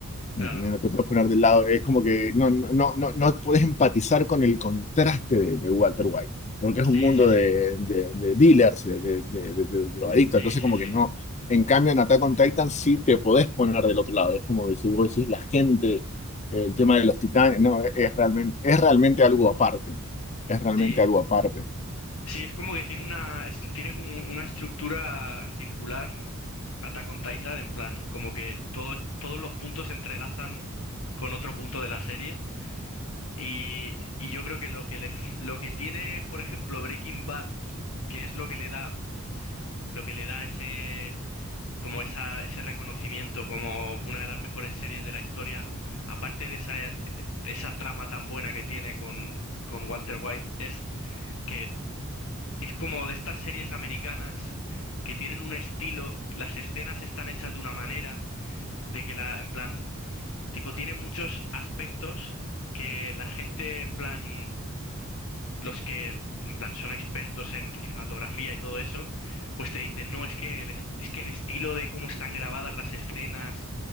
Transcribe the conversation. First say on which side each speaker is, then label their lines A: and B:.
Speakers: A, on the left; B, on the left.
A: claro.
B: ¿me ¿Entendés? No te puedes poner del lado, es como que no, no, no, no no puedes empatizar con el contraste de, de Walter White, porque es un
A: Sí,
B: mundo
A: sí, sí,
B: de, de- de dealers, de, de, de- de- de drogadictos,
A: sí,
B: entonces
A: sí,
B: como
A: sí.
B: que no. En cambio, en Attack on Titan sí te podés poner del otro lado, es como que si vos decís la gente, el tema de los titanes, no, es realmente, es realmente algo aparte, es realmente
A: Sí,
B: algo aparte.
A: Sí, es como que tiene una, es que tiene como una estructura circular, Attack on Titan, en plan, como que todo, todos los puntos se entrelazan con otro punto de la serie. Y, y yo creo que lo que le, f- lo que tiene, por ejemplo, Breaking Bad, que es lo que le da, lo que le da ese, como esa, ese reconocimiento como una de las mejores series de la historia, aparte de esa, eh, esa trama tan buena que tiene con, con Walter White, es que es como de estas series americanas que tienen un estilo, las escenas están hechas de una manera, de que la, en plan, tipo, tiene muchos aspectos que la gente, en plan, los que, en plan, son expertos en cinematografía y todo eso, pues te dicen, no, es que el, est- es que el estilo de cómo están grabadas las escenas